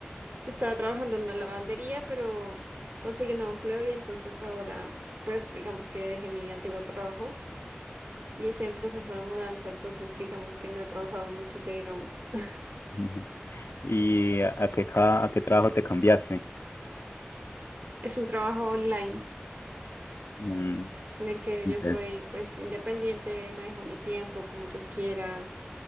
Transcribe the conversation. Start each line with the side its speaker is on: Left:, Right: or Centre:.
Right: estaba trabajando en una lavandería, pero conseguí un nuevo empleo y entonces ahora, pues digamos que dejé mi antiguo trabajo y estoy en proceso de mudanza, entonces digamos que no he trabajado mucho, que digamos, <laughs>
Left: Ujú. y a, a qué, ca- a qué trabajo te cambiaste.
Right: es un trabajo online
Left: Mm,
Right: en el que
Left: ok.
Right: yo soy pues independiente, manejo mi tiempo como yo quiera